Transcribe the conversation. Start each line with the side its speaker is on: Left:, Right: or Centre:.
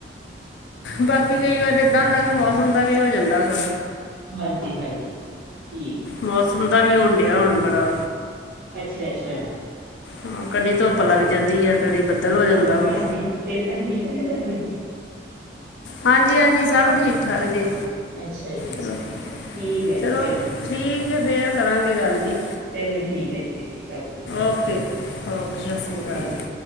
Left: ਬਾਕੀ ਕਈ ਵਾਰ ਇਦਾਂ ਹੁੰਦਾ ਕਿ ਮੌਸਮ ਦਾ ਵੀ ਹੋ ਜਾਂਦਾ ਥੋੜਾ
Right: ਹਾਂਜੀ, ਹਾਂਜੀ <inaudible> ਠੀਕ।
Left: ਮੌਸਮ ਦਾ ਵੀ, ਹੋਣ ਡਿਆ ਹੁਣ ਬੜਾ
Right: ਅੱਛਾ, ਅੱਛਾ।
Left: ਹਾਂ, ਕਦੀ ਧੁੱਪ ਲੱਗ
Right: ਚਲੋ
Left: ਜਾਂਦੀ ਆ, ਕਦੀ ਬੱਦਲ ਹੋ ਜਾਂਦਾ
Right: ਹੋਰ
Left: ਵਾ।
Right: ਭੈਣ ਜੀ ਸਿਹਤਾਂ ਠੀਕ ਆ ਤੁਹਾਡੀਆਂ?
Left: ਹਾਂਜੀ, ਹਾਂਜੀ ਸਭ ਠੀਕ ਠਾਕ ਜੇ
Right: ਅੱਛਾ ਜੀ
Left: ਚਲੋ,
Right: ਠੀਕ ਹੈ ਜੀ
Left: ਚਲੋ। ਠੀਕ ਹੈ, ਫੇਰ ਕਰਾਂਗੇ ਗੱਲ ਜੀ।
Right: ਚਲੋ ਠੀਕ ਹੈ ਜੀ ਠੀਕ ਸਤਿ ਸ੍ਰੀ ਅਕਾਲ
Left: okay, okay Sat
Right: okay
Left: Sri ਅਕਾਲ।
Right: ਜੀ ਓਕੇ